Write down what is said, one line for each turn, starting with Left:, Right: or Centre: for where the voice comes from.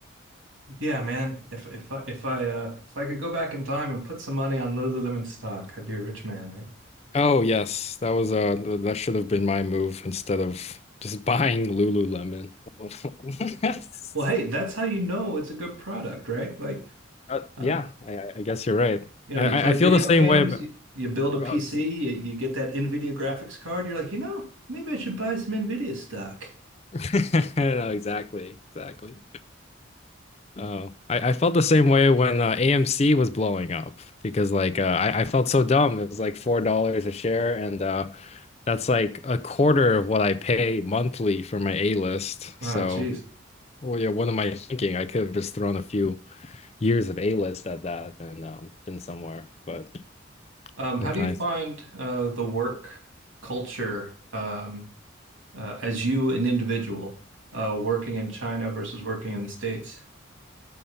Right: Yeah, man. If if I if I uh if I could go back in time and put some money on Lululemon stock, I'd be a rich man, right?
Left: Oh yes, that was uh th- that should have been my move instead of just buying Lululemon. <laughs>
Right: Well, hey, that's how you know it's a good product, right? Like,
Left: Uh,
Right: uh,
Left: yeah, I, I I guess you're right.
Right: You know,
Left: I,
Right: you
Left: I
Right: play
Left: I feel
Right: video
Left: the same
Right: games,
Left: way about
Right: you, you build a PC,
Left: well,
Right: you, you get that NVIDIA graphics card, you're like, you know, maybe I should buy some NVIDIA stock.
Left: <laughs> no, exactly, exactly. Oh, I, I felt the same way when uh, AMC was blowing up because like uh, I, I felt so dumb. It was like four dollars a share, and uh, that's like a quarter of what I pay monthly for my A-list.
Right: Ah,
Left: So,
Right: geez.
Left: well, yeah, what am I thinking? I could have just thrown a few. years of A-list at that and um, been somewhere, but
Right: Um, how
Left: what
Right: do
Left: can
Right: you
Left: I
Right: find
Left: say?
Right: uh, the work culture um, uh, as you, an individual, uh, working in China versus working in the States?